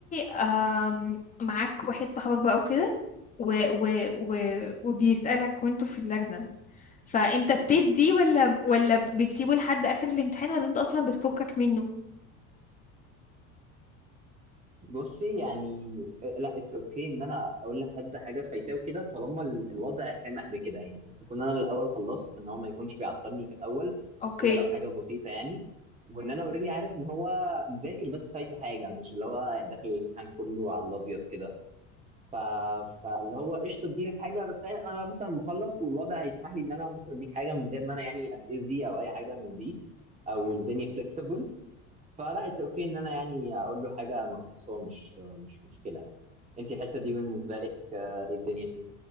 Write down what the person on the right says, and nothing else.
بصي يعني آه، لا اتس اوكي okay ان انا اقول لحد حاجه فايتاه وكده طالما ال- الوضع سامح بكده يعني بس اكون انا الاول خلصت ان هو ما يكونش بيعطلني في الاول
الا لو حاجه بسيطه يعني وان انا اوريدي عارف ان هو مذاكر بس فايته حاجه مش اللي هو داخل الامتحان كله على الابيض كده ف... فاللي هو قشطه اديلك حاجه بس انا مثلا مخلص والوضع هيسمح لي ان انا ممكن اديك حاجه من غير ما انا يعني اتاذي او اي حاجه من دي او الدنيا فليكسبل فلا اتس اوكي ان انا يعني اقول له حاجه ناقصه مش مش مشكله يعني انت الحته دي بالنسبه لك آه، ايه الدنيا فيها